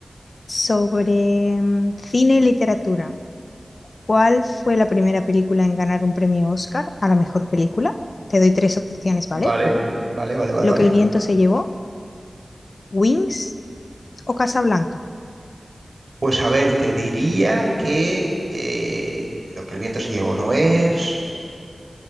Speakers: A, on the left (about 70°); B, on the right (about 65°).
A: Sobre mm, cine y literatura. ¿Cuál fue la primera película en ganar un premio Oscar a la mejor película? Te doy tres opciones,
B: Vale,
A: ¿vale?
B: vale, vale, vale,
A: Lo
B: vale.
A: que el viento se llevó, Wings o Casablanca.
B: Pues a ver, te diría que eh, lo que el viento se llevó no es.